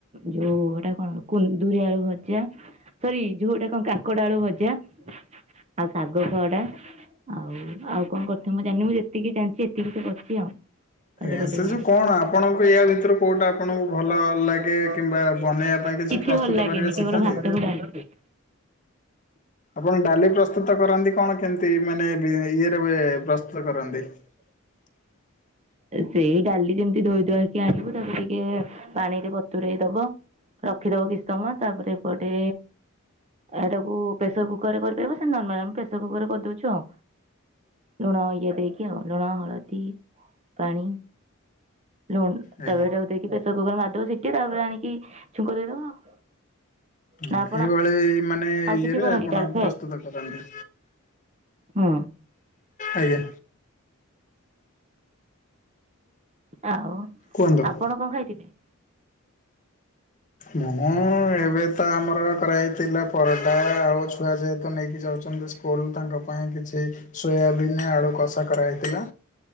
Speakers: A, on the right; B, on the left.
A: ଯୋଉ ଏଟା କଣ କୁନ୍ଦୁରି ଆଳୁ ଭଜା ସରି ଯୋଉଟା କଣ କାଙ୍କଡ଼ ଆଳୁ ଭଜା ଆଉ ଶାଗ ଖାଡ଼ା ଆଉ ଆଉ କଣ କରିଥିବ ମୁଁ ଜାଣିନି ମୁୁ ଯେତିକି ଜାଣିଚି ଏତିକି ସେକରିଚି ଆଉ। ତାପରେ
B: ଆଜ୍ଞା ସେ
A: <unintelligible>
B: ଯୋଉ
A: କଣ
B: ଆପଣଙ୍କୁ ୟା
A: ଆପଣଙ୍କୁ
B: ଭିତରୁ କୋଉଟା
A: ଏୟ
B: ଆପଣଙ୍କୁ
A: ଭିତରେ କୋଉଟା
B: ଭଲ
A: ଆପଣଙ୍କୁ
B: ଲାଗେ
A: ଭଲ
B: କିମ୍ବା
A: ଲାଗେ
B: ବନେଇବା
A: କିମ୍ବା
B: ପାଇଁ
A: କିଛି
B: ପ୍ରସ୍ତୁତ
A: ଭଲ ଲାଗେନି
B: କରିବା ଶିଖାନ୍ତି?
A: କେବଳ ଭାତକୁ ଡାଲି
B: ଆପଣ ଡାଲି ପ୍ରସ୍ତୁତ କରନ୍ତି କଣ କେମିତି ମାନେ ଇଏରେ ପ୍ରସ୍ତୁତ କରନ୍ତି? <inaudible>
A: ସେଇ ଡାଲି ଯେମିତି ଧୋଇ ଧୂଆକି ଆଣିବୁ ତାକୁ ଟିକେ ପାଣିରେ ବତୁରେଇ ଦବ ରଖିଦବ କିଛି ସମୟ ତାପରେ ଏପଟେ ଏଟାକୁ ପ୍ରେସର କୁକରରେ କରିପାରିବ ନର୍ମାଲ ଆମେ ପ୍ରେଶରକୁକର କରିଦଉଚୁ ଆଉ। ଲୁଣ ଇଏ ଦେଇକି ଆଉ ଲୁଣ ହଳଦୀ ପାଣି ଲୁଣ
B: ଆଜ୍ଞା।
A: ତାକୁ ଦେଇକି ପ୍ରେସର କୁକର ମାରିଦେବ ସିଟିି ତାପରେ ଆଣିକି ଛୁଙ୍କ ଦେଇଦବ ଆଉ।
B: ହ
A: ନା ଆପଣ
B: ଏଇଭଳି ମାନେ
A: ଆଉ
B: ଇଏରେ
A: କିଛି କରନ୍ତି
B: ଆପଣ
A: ଡାଲ ଫ୍ରାଏ
B: ପ୍ରସ୍ତୁତ କରନ୍ତିୁ।
A: ହୁଁ।
B: ଆଜ୍ଞା।
A: ଆଉ
B: କୁହନ୍ତୁ।
A: ଆପଣ କଣ ଖାଇଥିଲେ?
B: ମୁଁ ଏବେତ ଆମର କରାହେଇଥିଲା ପରଟା ଆଉ ଛୁଆ ଯେହେତୁ ନେଇକି ଯାଉଚନ୍ତି ସ୍କୁ ସ୍କୁଲ୍ ତାଙ୍କ ପାଇଁ କିଛି ସୋୟାବିିନ ଆଳୁ କଷା କରାହେଇଥିଲା